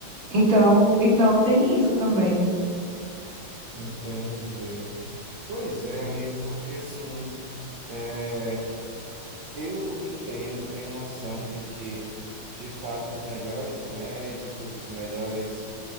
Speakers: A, on the right (about 45°); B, on the right (about 70°).
A: então, então tem isso também.
B: entendi. Pois é, amiga, porque assim, é, Eu entendo, tenho noção de que, de fato, os melhores médicos, os melhores